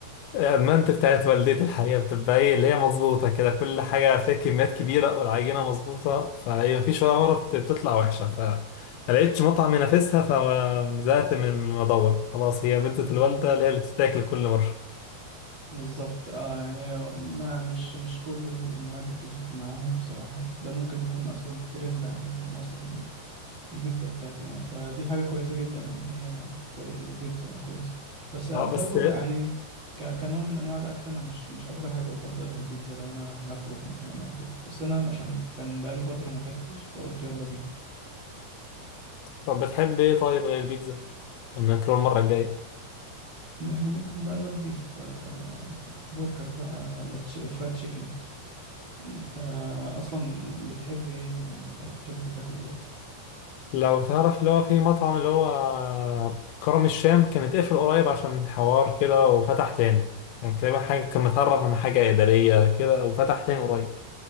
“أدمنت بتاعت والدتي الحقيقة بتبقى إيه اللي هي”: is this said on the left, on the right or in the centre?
Left